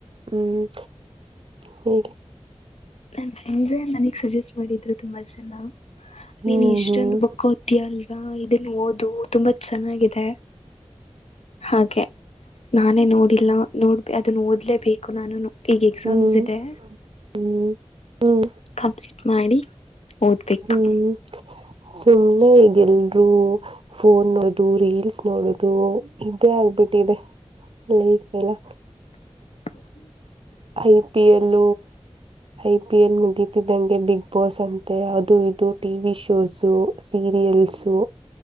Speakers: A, on the right; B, on the left.
A: ಹ್ಮ್ ಹ್ಮ
B: ನನ್ ಫ್ರೆಂಡ್ ನನಗ್ ಸಜೆಸ್ಟ್ ಮಾಡಿದ್ರು ತುಂಬಾ ಜನ ನೀನ್
A: ಹ್ಮ್
B: ಇಷ್ಟೊಂದು
A: ಹ್ಮ್
B: ಬುಕ್ ್ತಿಯಲ್ ಇದನ್ನು ಓದು ತುಂಬಾ ಚೆನ್ನಾಗಿದೆ ಹಾಗೆ ನಾನೇ ನೋಡಿಲ್ಲ ನೋಡ್ಬ ಅದ ಓದ್ಲೇಬೇಕು ನಾನುನು ಈಗ ಎಕ್ಸಾಮ್ಸಿದೆ
A: ಹ್ಮ್ ಹ್ಮ್ ಹ್ಮ್
B: ಕಂಪ್ಲೀಟ್ ಮಾಡಿ ಓದಬೇಕು
A: ಹ್ಮ್ ಸುಮ್ಮ್ನೆ ಈಗೆಲ್ರು ಫೋನ್ ಅದರಿ ನೋಡುದು ಇದೇ ಆಗ್ಬಿಟ್ಟಿದೆ ಲೈಫ್ ಎಲ್ಲ
B: <unintelligible>
A: I P L I P L ಮುಗಿತಿದ್ದಂಗೆ ಬಿಗ್ ಬೋಸ್ ಅಂತೆ ಅದು ಇದು ಟಿ ವಿ ಶೋಸು ಸೀರಿಯಲ್ಸು